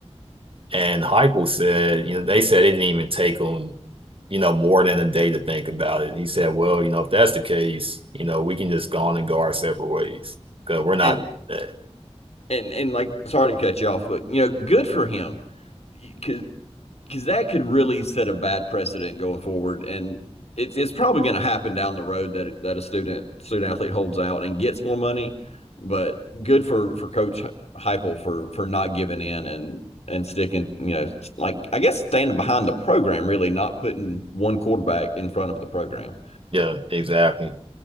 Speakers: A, on the right; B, on the left.
A: And Heupel said, you know, they said it didn't even take him, you know, more than a day to think about it. And He said, well, you know, if that's the case, you know, we can just go on and go our separate ways because we're not
B: And
A: doing that.
B: and and like sorry to cut you off, but you know, good for him. because because that could really set a bad precedent going forward, and it's it's probably going to happen down the road that it- that a student student athlete holds out and gets more money. But good for for Coach Heupel for for not giving in and and sticking, you know, like I guess standing behind the program, really not putting one quarterback in front of the program.
A: Yeah, exactly.